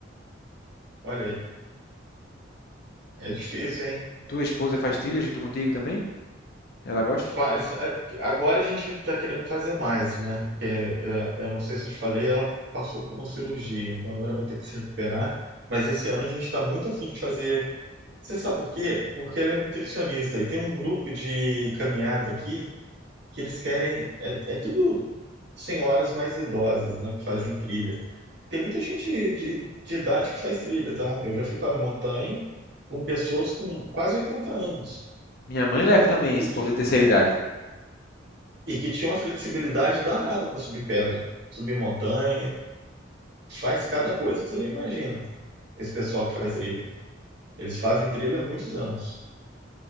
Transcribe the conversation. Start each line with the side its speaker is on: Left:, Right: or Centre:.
Right: Olha aí, é difícil, hein?
Left: Tua esposa faz trilha junto contigo também? Ela gosta?
Right: Faz, a- agora a gente está querendo fazer mais, né? Que é- é- eu não sei se eu te falei, ela passou por uma cirurgia, então agora vai ter que se recuperar. Mas esse ano a gente está muito afim de fazer. Você sabe por quê? Porque ela é nutricionista e tem um grupo de caminhada aqui que eles querem. É, é tudo senhoras mais idosas, né? Que fazem trilha. Tem muita gente de, de idade que faz trilha, tá? Eu já fui para a montanha com pessoas com quase 80 anos
Left: Minha mãe leva também
Right: e
Left: esse povo
Right: que
Left: da terceira idade.
Right: e que tinha uma flexibilidade danada para subir pedra, subir montanha, faz cada coisa que você não imagina. Esse pessoal que faz trilha, eles fazem trilha há muitos anos.